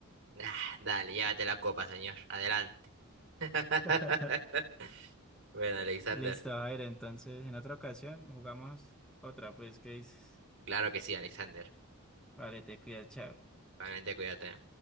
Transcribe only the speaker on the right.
Nah, dale, llévate la copa, señor. Adelante. <laughs>
Bueno, Alexander.
Claro que sí, Alexander.
Realmente cuídate.